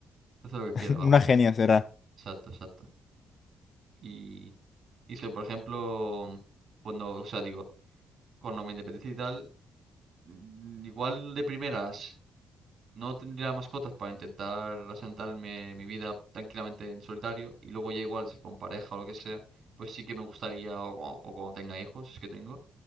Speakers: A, on the right; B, on the left.
A: Hace lo que quiera,
B: <laughs>
A: vamos.
B: una genia será.
A: Exacto, exacto. Y hice, por ejemplo, cuando, o sea, digo, cuando me independicé y tal, mm, igual de primeras no tendría mascotas para intentar asentarme mi vida tranquilamente en solitario y luego ya igual si con pareja o lo que sea, pues sí que me gustaría, o, cua- o cuando tenga hijos, es que tengo,